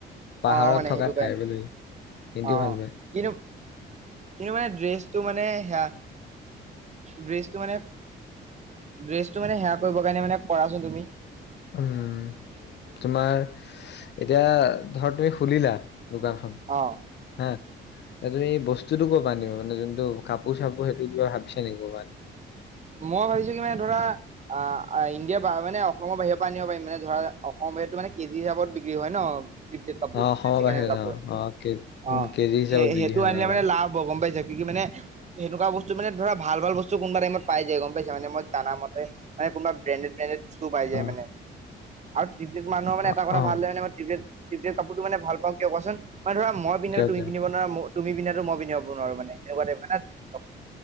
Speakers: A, on the left; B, on the right.
A: পাহাৰত
B: অ মানে
A: থকা
B: সেইটো কাৰণে
A: ট্ৰাইবেল সিহঁতিও
B: অ',
A: ভাল পায়।
B: কিন্তু কিন্তু মানে ড্ৰেছটো মানে সেয়া ড্ৰেচটো মানে ড্ৰেচটো মানে সেয়া কৰিব কাৰণে মানে কৰাচোন তুমি।
A: উম, তোমাৰ এতিয়া ধৰ তুমি খুলিলা দোকানখন
B: অ
A: হা! এ তুমি বস্তুটো কৰপা আনিবা? মানে যোনটো কাপোৰ চাপোৰ সেইটো কিবা ভাবিছা নেকি কৰপা?
B: মই ভাবিছো কি মানে ধৰা, আহ ইণ্ডিয়াৰ বা মানে অসমৰ বাহিৰৰ পৰা আনিব পাৰিম। মানে ধৰা অসম এইটো মানে কেজি হিচাপত বিক্ৰী হয় ন! থ্ৰীফ্টেড কাপোৰ
A: অ', অসমৰ
B: মানে ছেকেণ্ড
A: বাহিৰত
B: হেণ্ড কাপোৰ,
A: অ', অ', কে উম,
B: অ'
A: কেজি হিচাপত
B: সেই
A: বিক্ৰী
B: সেইটো
A: হয়
B: আনিলে
A: অ',
B: মানে লাভ হয় গম পাইছা? কিন্তু মানে সেনেকুৱা বস্তু মানে ধৰা ভাল ভাল বস্তু কোনোবা টাইমত পাই যায় গম পাইছা মানে মই জানামতে, মানে কোনোবা ব্ৰেণ্ডেডেত ব্ৰেণ্ডেডেত বস্তুও পাই যায়
A: অ',
B: মানে। থ্ৰীফ্টেড মানুহ মানে
A: অ',
B: এটা কথা
A: অ',
B: ভাল যে থ্ৰীফ্টেড থ্ৰীফ্টেড কাপোৰটো মানে ভাল পাওঁ কিয় কোৱাচোন? মানে ধৰা মই পিন্ধাটো
A: কিয়
B: তুমি
A: কিয়?
B: পিন্ধিব নোৱাৰা, ম তুমি পিন্ধাটো মই পিন্ধিব নোৱাৰো মানে। এনেকুৱা টাইপ মানে